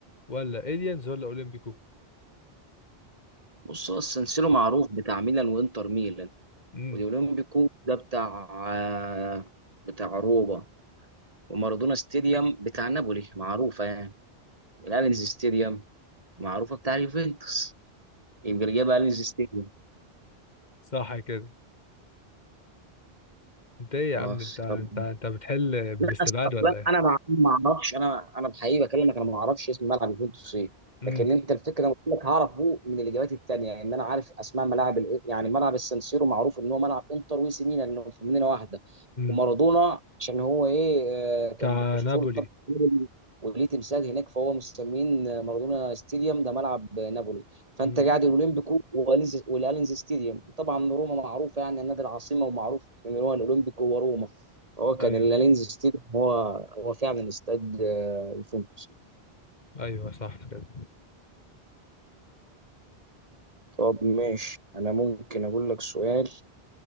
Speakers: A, on the left; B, on the right.
A: ولا اليانز ولا اولمبيكو
B: بص هو السنسيرو معروف بتاع ميلان وانتر ميلان
A: امم
B: والاولمبيكو ده بتاع آه، بتاع روما ومارادونا ستاديوم بتاع نابولي معروفة يعني الالينز ستاديوم معروفة بتاع اليوفنتوس يبقى اللي جاب أليس ستيجن
A: صح كده انت ايه
B: خلاص
A: يا عم انت انت
B: يلا
A: انت بتحل بالاستبعاد
B: لا أص- اصلا
A: ولا ايه
B: انا مع... ما اعرفش انا انا بحقيقي بكلمك انا ما اعرفش اسم ملعب يوفنتوس ايه
A: امم
B: لكن انت الفكره انا قلت لك هعرفه من الاجابات التانيه ان انا عارف اسماء ملاعب ال- يعني ملعب السانسيرو معروف ان هو ملعب انتر وإي سي ميلان انه في مدينه واحده
A: امم
B: ومارادونا عشان هو ايه آه،
A: بتاع
B: كان اسطوره
A: نابولي
B: طب وليه تمثال هناك فهو مسمين آه، مارادونا ستاديوم ده ملعب آه، نابولي فانت
A: امم
B: قاعد الاولمبيكو والألينز- والالينز ستاديوم طبعا روما معروفه يعني النادي العاصمه ومعروف ان هو الاولمبيكو وروما هو كان
A: ايوه
B: اللينز ستيديوم هو هو فعلا استاد آه، يوفنتوس
A: ايوه صح كده
B: طب ماشي انا ممكن اقول لك سؤال